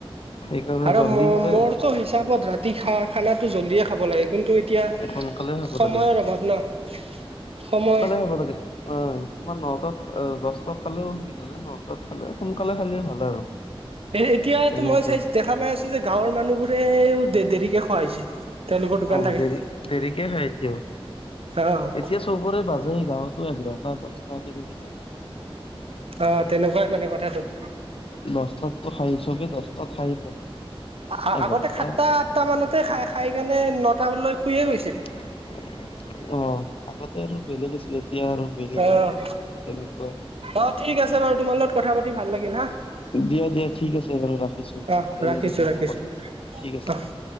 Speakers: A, on the left; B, on the right.
A: সেইকাৰণে
B: আৰু
A: জল্দি
B: ম
A: হলে
B: মোৰটো হিচাপত ৰা তি খা খানাতো জল্ডিয়ে খাব লাগে কিন্তু এতিয়া সময়ৰ
A: সোনকালে হ'ব লাগে
B: অভাৱ ন সময়
A: বলকে অ তোমাৰ নটাত দহটাত খালেও অসুবিধা নাই নটাত খালে সোনকালে খালে ভাল আৰু
B: এ এতিয়াতো
A: তেনেকুৱা
B: মই চাইছো দেখা পাই আছো যে গাঁৱৰ মানুহবোৰেও দে দেৰিকে খোৱা হৈছে তেওঁলোকৰ দোকান
A: অ
B: থাকে
A: দেৰি দেৰিকে হয়ে এতিয়াও
B: অ',
A: এতিয়া চবৰে বাজে গাঁৱতো এঘাৰটা দহটা তেনেকে বাজে
B: অ তেনেকোৱাই মানে কথাটো
A: দছটাততো খাই চবেই দছটাত খায়ে প্ৰায়
B: আ
A: এঘাৰটা
B: আগতে সাতটা
A: দহটা
B: আঠটা মানতে খাই খাই কেনে নটা মানত শুইয়ে গৈছিল
A: অ আগতে আৰু বেলেগ আছিলে এতিয়া আৰু বেলেগ
B: অ',
A: হল তেনেকোৱা
B: অ', ঠিক আছে বাৰু তোমাৰ লগত কথা পাতি ভাল লাগিল হা
A: দিয়া দিয়া ঠিক আছে বাৰু ৰাখিছো
B: অ',
A: ভালে
B: ৰাখিছো
A: লাগিল
B: ৰাখিছো
A: মোৰো কথা পাতি ঠিক আছে
B: অ'।
A: দিয়া